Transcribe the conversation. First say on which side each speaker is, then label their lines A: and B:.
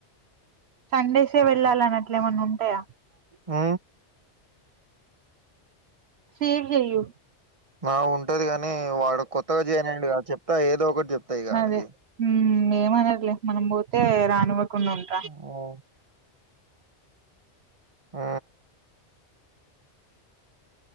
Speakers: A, on the right; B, on the right.
A: సండేసే వెళ్ళాలని అట్లే ఏమన్నా ఉంటాయా
B: ఆ
A: సేవ్ చెయు
B: ఆ ఉంటది గాని వాడు కొత్తగా చేయనండి చెప్తా ఏదో ఒకటి చెప్తా ఇగ ఆనికి
A: అదే ఏమనర్లే మనం పోతే రానివ్వకుండా ఉ
B: ఆఓ ఊ